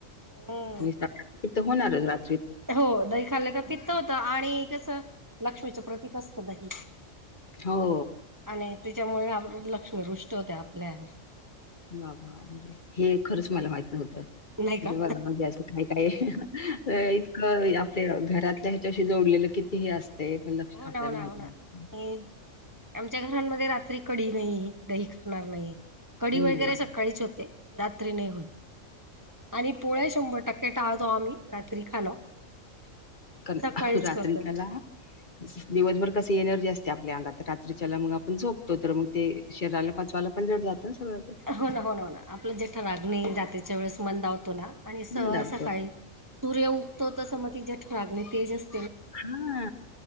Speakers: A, on the right (about 15°); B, on the left (about 40°).
A: हम्म
B: आणि हित होणारच रा
A: हो दही खाल्लं का पित्त होतं आणि कसं लक्ष्मीचं प्रतीक असतं दही
B: हो.
A: आणि तेच्यामुळे आरु लक्ष्मी रुष्ट होते आपल्या
B: बाबा म्हणजे हे खरंच मला माहित नव्हतं.
A: नाही का
B: जेव्हा योग्य असं काय काय इतकं या ते घरातल्या ह्याच्याशी जोडलेलं कितीही असतयं पण लक्ष
A: हो
B: आपल्याला
A: ना हो ना
B: माहिती
A: हो ना
B: नाही
A: आणि आमच्या घरांमध्ये रात्री कडी नाही दही खाणार नाही कडी
B: हम्म.
A: वगैरे सकाळीच होते. रात्री नाही होत आणि पोळ्या शंभर टक्के टाळतो आम्ही रात्री खाणं.
B: कल
A: सकाळीच
B: रात्री
A: करतो
B: काला. दिवसभर कसं एनर्जी असते आपल्या आंगात रात्रीच्याला मग आपण झोपतो तर मग ते शरीराला पचवायला पण जड जातं सगळं ते
A: हो ना हो ना हो ना आपलं जेठरागणी रात्रीच्या वेळेस मंदावतो ना आणि स
B: मंदावतो
A: सकाळी सूर्य उगतो तसं मग ती जटरागणे तेजस
B: हा